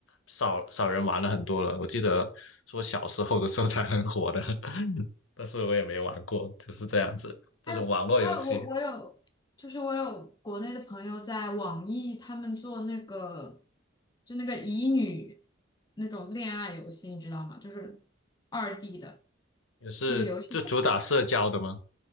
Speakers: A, on the left; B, on the left.
A: 少少人玩了很多了。我记得说小时候的时候才很火的，<laughs> 但是我也没玩过，就是这样子，这种网络游戏。
B: 还有还有，我我有，就是我有国内的朋友在网易，他们做那个就那个乙女那种恋爱游戏，你知道吗？就是二 D 的
A: 也是就主打社交的吗？
B: 那个游戏，